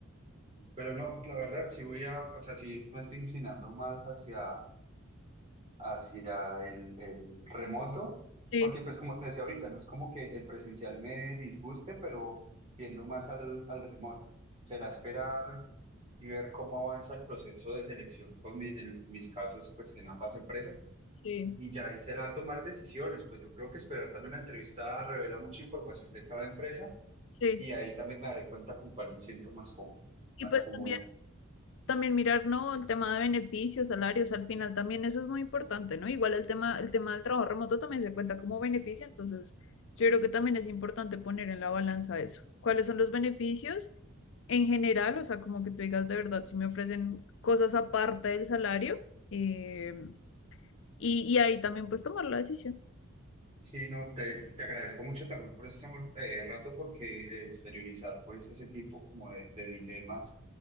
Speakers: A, on the right; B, on the left.
A: Pero no, la verdad, sí voy a, o sea, sí me estoy inclinando más hacia hacia el, el remoto,
B: Sí,
A: porque pues como te decía ahorita, no es como que el presencial me disguste, pero tiendo más al, al remoto. Será esperar y ver cómo avanza el proceso de selección con mi- en mis casos pues en ambas empresas
B: Sí.
A: y ya ahí será tomar decisiones, pues yo creo que esperar también la entrevista revela mucha información de cada empresa
B: sí.
A: y ahí también me daré cuenta con cuál me siento más cómodo, más
B: Y pues
A: cómodo
B: también también mirar, ¿no? El tema de beneficios, salarios, al final también eso es muy importante, ¿no? Igual el tema, el tema del trabajo remoto también se cuenta como beneficio, entonces yo creo que también es importante poner en la balanza eso. ¿Cuáles son los beneficios en general? O sea, como que tú digas de verdad, si me ofrecen cosas aparte del salario, eh, y, y ahí también pues tomar la decisión.
A: Sí, no, te, te agradezco mucho también por este eh, rato porque eh, exteriorizar pues ese tipo como de, de dilemas